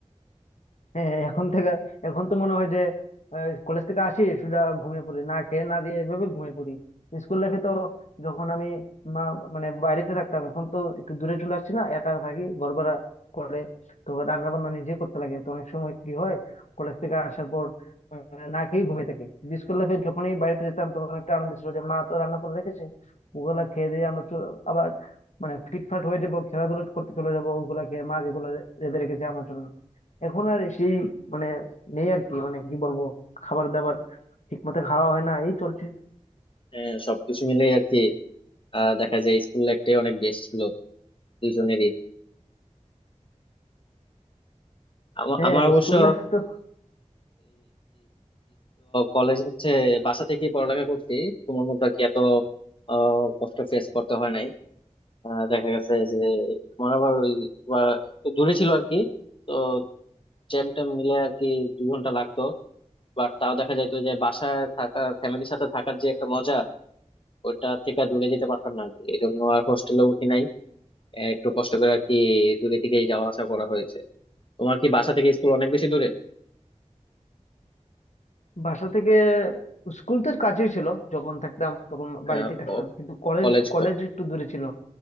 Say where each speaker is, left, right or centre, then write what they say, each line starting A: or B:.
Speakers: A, on the left; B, on the left.
A: হ্যাঁ এখন থেকে এখন তো মনে হয় যে কলেজ থেকে আসি সুদা ঘুমিয়ে পড়ি না খেয়ে না দিয়ে এভাবে ঘুমিয়ে পড়ি স্কুল লাইফে তো যখন আমি মা মানে বাড়িতে থাকতাম এখন তো একটু দূরে চলে আসছি না একা থাকি ঘর ভাড়া করে তো রান্না বান্না নিজে করতে লাগে তো অনেক সময় কি হয় কলেজ থেকে আসার পর আহ, না খেয়ে ঘুমিয়ে থাকি স্কুল লাইফে যখনই বাড়িতে যেতাম তখন একটা আনন্দ ছিল যে মা তো রান্না করে রেখেছে ওগুলা খেয়ে দিয়ে আমরা চ- আবার মানে ফিটফাট হয়ে যাবো খেলাধুলা করতে চলে যাবো ওগুলা খেয়ে মা যেগুলো রেঁধে রেখেছে আমার জন্য এখন আর সেই মানে নেই আর কি মানে কি বলবো খাবার দাবার ঠিক মতো খাওয়া হয় না এই চলছে
B: হ্যাঁ সবকিছু মিলেই আর কি আহ দেখা যায় স্কুল লাইফটাই অনেক বেস্ট ছিল দুইজনেরই আমা-
A: হ্যাঁ
B: আমার অবশ্য
A: স্কুল লাইফ তো
B: কলেজ হচ্ছে বাসা থেকেই পড়ালেখা করছি তোমার মতো আর কি এত আহ, কষ্ট ফেস করতে হয় নাই আহ, দেখা গেছে যে আমার আবার ওই বা একটু দূরে ছিল আর কি তো জ্যাম ট্যাম মিলে আর কি দুই ঘন্টা লাগতো বাট তাও দেখা যায় তো যে বাসায় থাকা ফ্যামিলির সাথে থাকার যে একটা মজা ওইটা থেকে দূরে যেতে পারতাম না আর কি এই জন্য আর হোস্টেলে উঠি নাই আহ, একটু কষ্ট করে আর কি দূরে থেকেই যাওয়া আসা করা হয়েছে তোমার কি বাসা থেকে স্কুল অনেক বেশি দূরে
A: বাসা থেকে স্কুল তো কাছেই ছিল যখন থাকতাম তখন বাড়িতেই
B: হ্যাঁ
A: থাকতাম কিন্তু কলেজ
B: কলেজ
A: কলেজ একটু দূরে ছিল